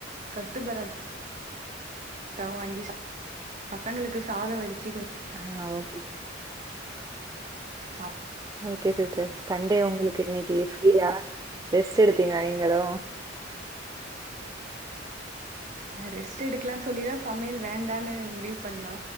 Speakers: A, on the right; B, on the right.
A: கொத்து பரோட் ட்டாவு வாங்கி சாப் பசங்களுக்கு சாதோ வடுச்சு
B: ஆ ஓகே
A: சாப்ட்டோ
B: ஓகே சிஸ்டர் சண்டே உங்களுக்கு இன்னைக்கு ஃப் ஃப்ரியா ரெஸ்ட் எடுத்தீங்களா நீங்களு
A: ஆ ரெஸ்ட் எடுக்கலான் சொல்லிதா சமையல் வேண்டான்னு முடிவு பண்ணோ